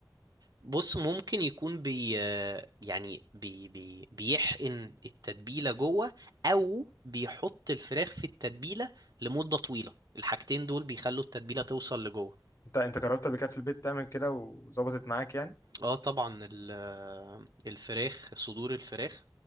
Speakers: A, on the right; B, on the left.
A: بص ممكن يكون بي يعني بي بي بيحقن التتبيلة جوه أو بيحط الفراخ في التتبيلة لمدة طويلة الحاجتين دول بيخلوا التتبيلة توصل لجوه
B: انت انت جربت قبل كده في البيت تعمل كده وظبطت معاك يعني
A: اه طبعا ال- الفراخ صدور الفراخ